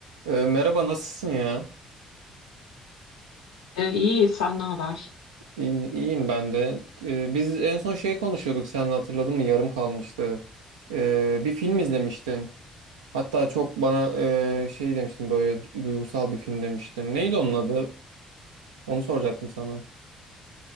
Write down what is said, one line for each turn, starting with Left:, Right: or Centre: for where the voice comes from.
Right: Ee, merhaba nasılsın ya?
Left: Ee, iyi, sen ne haber?
Right: İyi, iyiyim ben de. Ee, biz en son şey konuşuyorduk sen hatırladın mı? Yarım kalmıştı. Ee, bir film izlemiştin. Hatta çok bana e, şey demiştin böyle duygusal bir film demiştin. Neydi onun adı? Onu soracaktım sana.